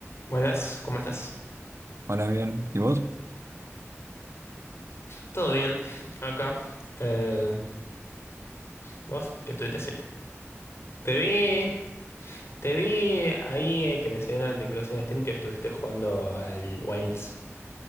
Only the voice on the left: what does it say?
Buenas, ¿cómo estás?
Todo bien, acá. Eh, ¿vos qué estuviste haciendo? Te vi, te vi ahí eh, que me salió una notificación de Steam que estuviste jugando al Wilds.